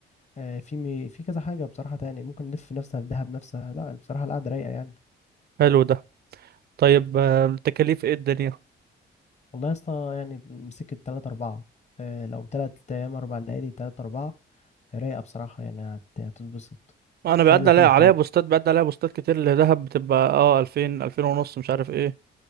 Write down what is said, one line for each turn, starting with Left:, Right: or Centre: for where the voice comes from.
Left: آه في مي... في كذا حاجة بصراحة تاني ممكن نلف نفسها في دهب نفسها لا بصراحة القعدة رايقة يعني
Right: حلو ده طيب آه، التكاليف ايه الدنيا
Left: والله يا اسطى يعني مسكت تلاتة أربعة آه، لو تلات أيام أربع ليالي تلاتة أربعة رايقة بصراحة يعني هت- هتتبسط
Right: انا
Left: شاملة
Right: بيعدي عليا
Left: كل
Right: عليا
Left: حاجة
Right: بوستات بيعدي عليا بوستات كتير لدهب بتبقى اه 2000 2000 ونص مش عارف ايه